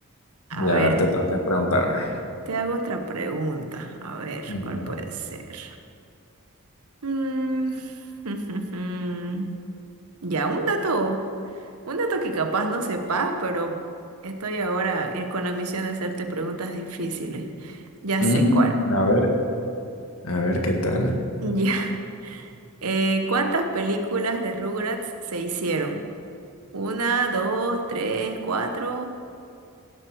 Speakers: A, on the right; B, on the left.
A: A
B: Ya,
A: ver,
B: a ver, te toca preguntarme.
A: te hago otra pregunta. A ver,
B: Ya.
A: ¿cuál puede ser? Mm, <laughs> Ya, un dato, un dato que capaz no sepas, pero estoy ahora eh, con la misión de hacerte preguntas difíciles. Ya
B: Mm,
A: sé cuál. <laughs>
B: a ver, a ver qué tal.
A: Ya. Eh, ¿cuántas películas de Rugrats se hicieron? Una, dos, tres, cuatro.